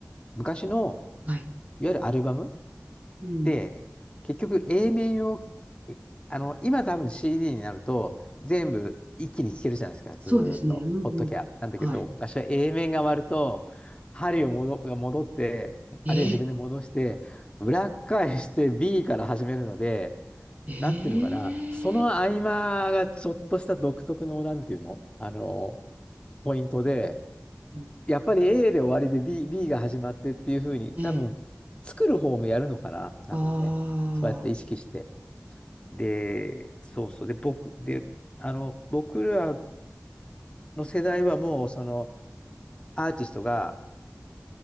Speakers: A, on the left (about 20°); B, on the right (about 30°).
A: 昔の、
B: はい。
A: いわゆるアルバム、
B: うん。
A: で、結局 A 面を、えあの、今多分 CD になると全部一気に聴けるじゃないですか、ずーっと、
B: そうですね。うんうん。
A: ほっときゃ。なんだけど、
B: はい。
A: 昔は A 面が割ると、針を戻、戻って、
B: え
A: あるいは自分で戻して、裏返して B から始めるので、
B: えええ
A: なんていうのかな、その合間がちょっとした独特の、なんていうの、あの、ポイントで、
B: うん
A: やっぱり A で終わりで B、B が始まってっていうふうに、
B: ええ
A: 多分、作る方もやるのかな、多分ね。
B: ああ
A: そうやって意識して。で、そうそう。で、僕、で、あの、僕らの世代はもう、その、アーティストが、